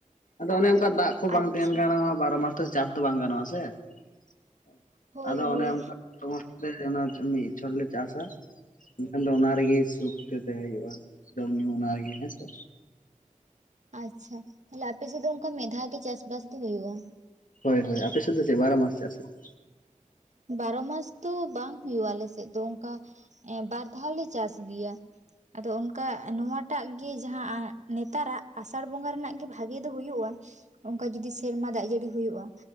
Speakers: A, on the left; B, on the right.
A: ᱟᱫᱚ ᱚᱱᱮ ᱚᱱᱠᱟ ᱫᱟᱜ ᱠᱚ ᱵᱟᱝ
B: ᱟᱪᱪᱷᱟ
A: ᱛᱟᱦᱮᱱ ᱠᱟᱱ ᱨᱮᱦᱚᱸ ᱵᱟᱨᱚ ᱢᱟᱥ ᱛᱮ ᱪᱟᱥ ᱫᱚ ᱵᱟᱝ ᱜᱟᱱᱚᱜᱼᱟ ᱥᱮ ᱾
B: ᱦᱳᱭ
A: ᱟᱫᱚ
B: ᱦᱳᱭ
A: ᱚᱱᱮ ᱚᱱᱠᱟ <unintelligible> ᱥᱮ <unintelligible> ᱢᱤᱫ ᱪᱷᱚᱴ ᱞᱮ ᱪᱟᱥᱟ ᱮᱱᱠᱷᱟᱱ ᱫᱚ ᱚᱱᱟ ᱨᱮᱜᱮ ᱥᱩᱫᱼᱼ ᱴᱮ ᱦᱩᱭᱩᱜᱼᱟ ᱡᱚᱢ ᱧᱩ ᱚᱱᱟ ᱨᱮᱜᱮ ᱦᱮᱸᱥᱮ
B: ᱟᱪᱪᱷᱟ ᱛᱟᱦᱚᱞᱮ ᱟᱯᱮ ᱥᱮᱫ ᱫᱚ ᱚᱱᱠᱟ ᱢᱮᱫᱷᱟᱣ ᱜᱮ ᱪᱟᱥ ᱵᱟᱥ ᱫᱚ ᱦᱩᱭᱩᱜᱼᱟ ᱾
A: ᱦᱳᱭ ᱦᱳᱭ ᱟᱯᱮ ᱥᱮᱫ ᱫᱚ ᱪᱮ ᱵᱟᱨᱚ ᱢᱟᱥ ᱪᱟᱥ ᱦᱩᱭᱩᱜᱼᱟ
B: ᱵᱟᱨᱚ ᱢᱟᱥ ᱫᱚ ᱵᱟᱝ ᱦᱩᱭᱩᱜᱼᱟ ᱟᱞᱮ ᱥᱮᱫ ᱫᱚ ᱚᱱᱠᱟ ᱮᱸ ᱵᱟᱨ ᱫᱷᱟᱣᱞᱮ ᱪᱟᱥ ᱜᱮᱭᱟ ᱾ ᱟᱫᱚ ᱚᱱᱠᱟ ᱱᱚᱣᱟᱴᱟᱜ ᱜᱮ ᱡᱟᱦᱟᱸ ᱱᱮᱛᱟᱨᱟᱜ ᱟᱥᱟᱲ ᱵᱚᱸᱜᱟ ᱨᱮᱱᱟᱜ ᱜᱮ ᱵᱷᱟᱜᱮ ᱫᱚ ᱦᱩᱭᱩᱜᱼᱟ ᱾ ᱚᱝᱠᱟ ᱡᱩᱫᱤ ᱥᱮᱨᱢᱟ ᱫᱟᱜ ᱡᱟᱹᱲᱤ ᱦᱩᱭᱩᱜᱼᱟ